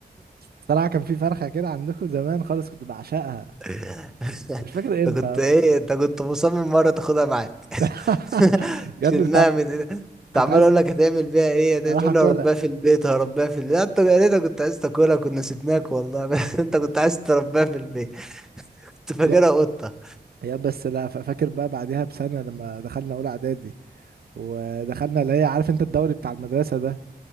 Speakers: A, on the right; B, in the centre.
A: صراحه كان في فرخه كده عندكم زمان خالص كنت بعشقها
B: <laughs>
A: مش فاكر امتى
B: انت كنت ايه انت كنت مصمم مرة تاخدها معاك
A: <laughs>
B: <laughs>
A: يا
B: شلناها
A: ابني كنت ع-
B: من ايدك. كنت
A: كنت
B: عمال
A: عايز
B: اقول لك هتعمل بيها ايه هتقول
A: اروح
B: تقول
A: اكلها
B: لي هربيها في البيت هربيها في البيت لا، انت يا ريتك كنت عايز تاكلها كنا سيبناك والله <laughs> بس انت كنت عايز تربيها في البيت كنت فاكرها
A: يا
B: قطة
A: يا بس لا ف- فاكر بقى بعديها بسنه لما دخلنا اولى اعدادي ودخلنا اللي هي عارف انت الدوري بتاع المدرسه ده